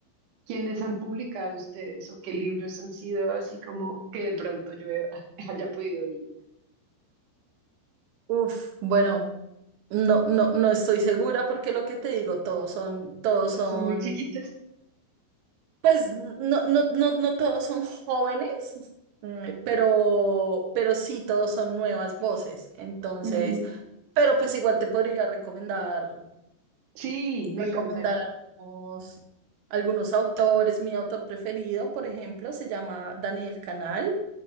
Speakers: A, on the right; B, on the right.
A: ¿Quiénes han publicado ustedes o qué libros han sido así como que de pronto yo he- <laughs> haya podido ir?
B: uff, bueno, no, no, no estoy segura porque lo que te digo, todos son, todos
A: Todos
B: son,
A: son muy chiquitos.
B: pues no, no, no, no todos son jóvenes, eh, pero, pero sí todos son nuevas voces. Entonces,
A: Ujú.
B: pero pues igual te podría recomendar.
A: Sí, me
B: recomendar
A: encantaría.
B: algunos, algunos autores. Mi autor preferido, por ejemplo, se llama Daniel Canal.